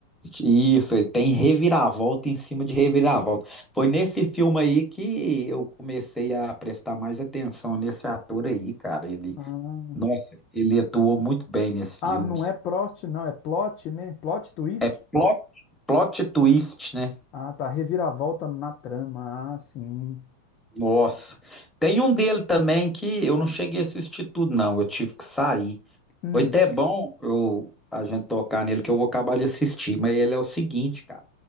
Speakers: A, in the centre; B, on the left (about 40°).
A: Isso, ele tem reviravolta em cima de reviravolta. Foi nesse filme aí que eu comecei a prestar mais atenção nesse ator aí, cara. Ele,
B: Ah,
A: nossa, ele atuou muito bem nesse
B: Ah,
A: filme.
B: não é Prost, não, é plot, né? Plot twist?
A: É plot, plot twist, né?
B: Ah, tá. Reviravolta na trama. Ah, sim.
A: Nossa. Tem um dele também que eu não cheguei a assistir tudo, não. Eu tive que sair.
B: Hum,
A: Foi até bom eu, a gente tocar nele, que eu vou acabar de assistir. Mas ele é o seguinte, cara.